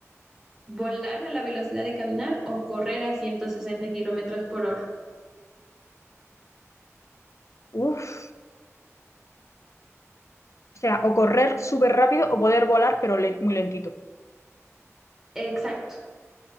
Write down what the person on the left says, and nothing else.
Uf, o sea, o correr súper rápido o poder volar, pero le- muy lentito.